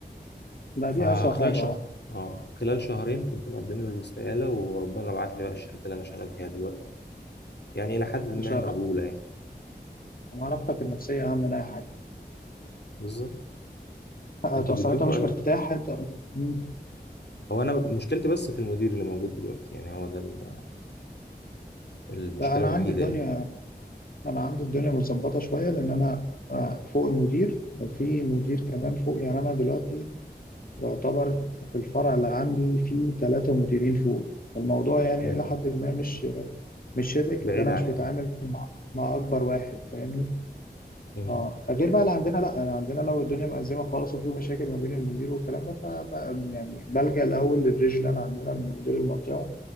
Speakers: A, on the left; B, on the left.
A: ده دي
B: فخلال
A: أسوأ حاجة
B: شهر
A: أه
B: اه خلال شهرين كنت مقدم له الاستقالة وربنا بعت لي بقى الشركة اللي انا شغال فيها دلوقتي يعني إلى حد ما
A: مش
B: مقبولة يعني
A: راحتك النفسية أهم من أي حاجة
B: بالظبط
A: أصلا
B: أنتوا بيدوكوا
A: أنت مش
B: ع-
A: مرتاح أنت مم.
B: هو أنا مشكلتي بس في المدير اللي موجود دلوقتي يعني هو ده ال- المشكلة
A: لا انا
B: الوحيدة
A: عندي الدنيا
B: يعني
A: انا عندي الدنيا متظبطه شويه لان انا آه، فوق المدير في مدير كمان فوق يعني انا دلوقتي يعتبر في الفرع اللي عندي في ثلاثه مديرين فوق الموضوع يعني
B: امم
A: الى حد ما مش مش شبك
B: بعيد
A: لان انا
B: عننا
A: مش بتعامل مع اكبر واحد فاهمني
B: امم
A: اه غير بقى اللي عندنا لا انا عندنا لو الدنيا مأزمه خالص وفي مشاكل ما بين المدير والكلام ده فبقى يعني بلجأ الاول للريجنال عندنا مدير المنطقه